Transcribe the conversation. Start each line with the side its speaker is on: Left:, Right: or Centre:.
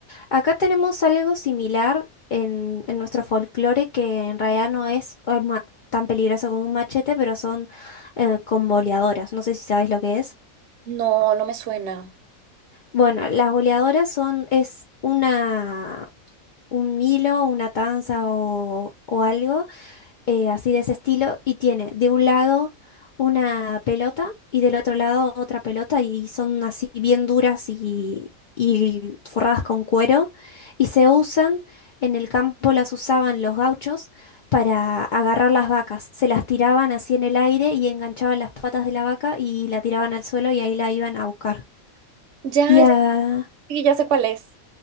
Left: Acá tenemos algo similar en, en nuestro folclore que en realidad no es arma tan peligroso como un machete, pero son eh, con boleadoras. No sé si sabes lo que es.
Right: No, no me suena.
Left: Bueno, las boleadoras son, es una, un hilo, una tanza o, o algo eh, así de ese estilo, y tiene de un lado una pelota y del otro lado otra pelota, y son así bien duras y, y forradas con cuero, y se usan, en el campo las usaban los gauchos para agarrar las vacas, se las tiraban así en el aire y enganchaban las patas de la vaca y la tiraban al suelo y ahí la iban a buscar.
Right: Ya,
Left: Y
Right: ya,
Left: a...
Right: sí, ya sé cuál es.